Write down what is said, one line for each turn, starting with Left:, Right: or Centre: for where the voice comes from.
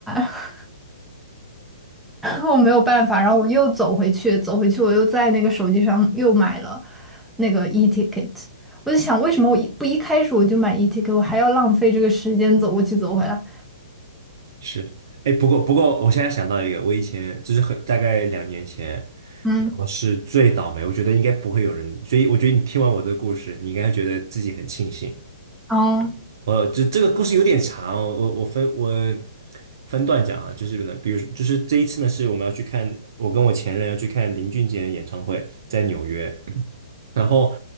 Centre: <laughs> <laughs> 我没有办法，然后我又走回去，走回去我又在那个手机上又买了那个 e ticket。我就想，为什么我一不一开始我就买 e ticket，我还要浪费这个时间走过去走回来？
Right: 是，哎，不过不过，我现在想到一个，我以前就是很大概两年前，
Centre: 嗯，
Right: 我是最倒霉，我觉得应该不会有人，所以我觉得你听完我的故事，你应该觉得自己很庆幸，
Centre: 哦，
Right: 呃，这这个故事有点长，我我我分我分段讲啊，就是呢，比如说就是这一次呢，是我们要去看，我跟我前任要去看林俊杰演唱会，在纽约，然后